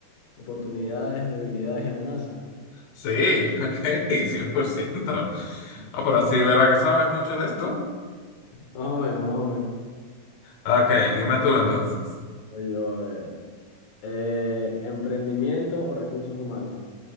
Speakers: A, on the left; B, on the left.
A: oportunidades, debilidades y amenazas.
B: Sí, ok, <laughs> 100%.
A: <laughs>
B: Ah, pero sí, ¿verdad que sabes mucho de esto?
A: Más o menos, más o menos.
B: Ok, dime tú entonces.
A: Voy yo a ver. Eh, emprendimiento o recursos humanos.